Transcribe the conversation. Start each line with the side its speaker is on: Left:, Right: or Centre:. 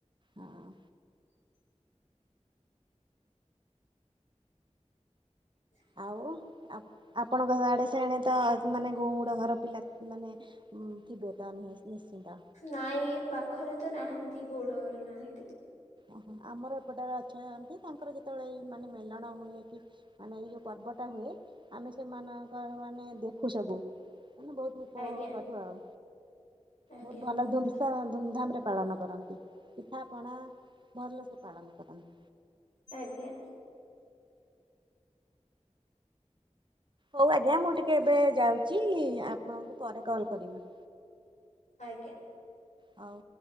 Right: ହଁ,
Left: ହ <inaudible>
Right: ଆଉ ଆପଣଙ୍କ ଆଡ଼େ ସିଆଡେ ତ ମାନେ ଗୌଡ଼ ଘର ପିଲାମାନେ ହଁ ଥିବେ ତା ନି ନିଶ୍ଚିନ୍ତ।
Left: ନାଇଁ ଏ ପାଖରେ ତ ନାହାନ୍ତି ଗୌଡ଼ ଘର ନାହାନ୍ତି।
Right: ଓହୋ ଆମର ଏପଟେ ଅଛନ୍ତି। ତାଙ୍କର ଯେତେବେଳେ ଏଇ ମାନେ ମେଲଣ ହୁଏ କି ମାନେ। ଏଇ ଯୋଉ ପର୍ବଟା ହୁଏ। ଆମେ ସେମାନଙ୍କର ମାନେ ଦେଖୁ ସବୁ ମାନେ ବହୁତ ଉପଭୋଗ
Left: ଆଜ୍ଞା
Right: କରୁ ଆଉ।
Left: ଆଜ୍ଞା
Right: ବହୁତ ଭଲ
Left: କୁହନ୍ତୁ
Right: ଧମ ଧୁମଧାମରେ ପାଳନ କରନ୍ତି ପିଠାପଣା। ଭଲସେ ପାଳନ କରନ୍ତି।
Left: ଆଜ୍ଞା।
Right: ହଉ ଆଜ୍ଞା ମୁଁ ଟିକେ ଏବେ ଯାଉଛି ଆପଣଙ୍କୁ ପରେ କଲ୍ କରିବି।
Left: ଆଜ୍ଞା।
Right: ହଉ